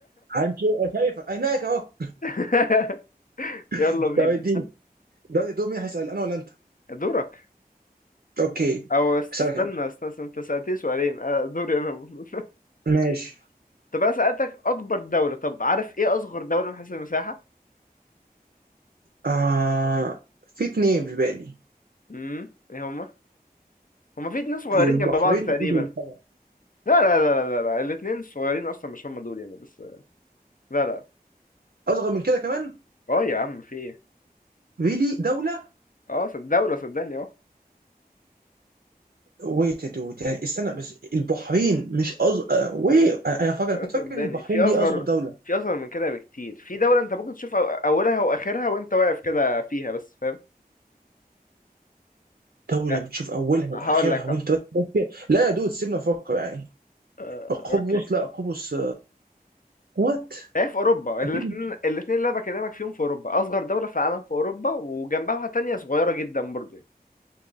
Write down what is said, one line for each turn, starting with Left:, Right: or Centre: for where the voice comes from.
Right: هنشوف شايفك عينيك اهو
Left: <laughs> يلا
Right: <laughs>
Left: بينا
Right: طب اديني دلوقتي دور مين هيسال انا ولا انت؟
Left: دورك
Right: اوكي
Left: او استنى
Right: اسالك انا
Left: استنى, استنى انت سالتني سؤالين آه، دوري انا المفروض
Right: ماشي
Left: <laughs> طب انا سالتك اكبر دوله طب عارف ايه اصغر دوله من حيث المساحه
Right: آه في اتنين في بالي
Left: امم ايه هما هما في اتنين صغيرين
Right: البحرين
Left: جنب بعض تقريبا
Right: يجوز القمر
Left: لا لا لا لا لا, لا. الاتنين صغيرين اصلا مش هما دول يعني بس لا لا
Right: اصغر من كده كمان
Left: اه يا عم في ايه
Right: ريلي دوله
Left: اه صد- دولة صدقني اه
Right: ويت دوت يعني استنى بس البحرين مش اصغر وي انا أنا فاكر
Left: آه،
Right: كنت
Left: صدقني
Right: فاكر ان البحرين
Left: في اصغر
Right: دي اصغر دوله
Left: في اصغر من كده بكتير في دولة انت ممكن تشوف أو- اولها واخرها وانت واقف كده فيها بس فاهم
Right: دوله
Left: لا
Right: بتشوف اولها واخرها
Left: هقول لك
Right: وانت
Left: ه-
Right: بس بس فيها. لا يا دود سيبنا نفكر يعني
Left: آه،
Right: قبرص
Left: اوكي
Right: لا قبرص وات
Left: هي في اوروبا الاثنين
Right: اكيد
Left: الاثنين اللي انا بكلمك فيهم في اوروبا اصغر دولة في العالم في اوروبا وجنبها واحدة تانية صغيرة جدا برضه يعني.